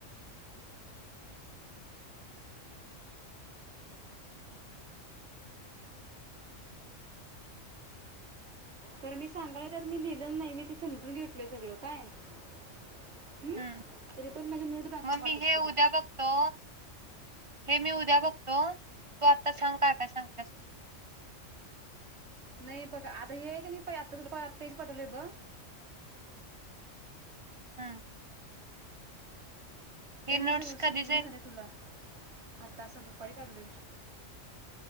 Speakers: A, on the right; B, on the right.
A: तुला मी सांगालोय त्यात मी लिहिलेलं नाही मी ते समजून घेतलोय सगळं काय हम्म
B: हम्म
A: तरी पण माझ्या नोट दाख
B: मग
A: पाठवतो
B: मी हे
A: तुला
B: उद्या बघतो हे मी उद्या बघतो तु आता सांग काय काय सांगत्यास.
A: नाही बघ आता हे आहे कनी प आता पेज पाठवलंय ब
B: हा
A: हे
B: नोट्स
A: मी सगळं शिकवून
B: कधीच आहेत
A: झालंय तुला आता असं दुपारी काढलोय.